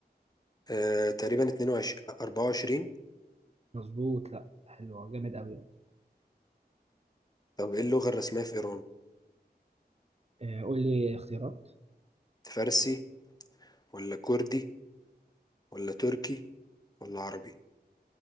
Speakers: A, on the left; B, on the right.
A: آه، تقريبا 22 24
B: مظبوط لا حلوة جامد قوي يعني
A: طب ايه اللغة الرسمية في إيران
B: آه، قول لي اختيارات
A: فارسي ولا كردي ولا تركي ولا عربي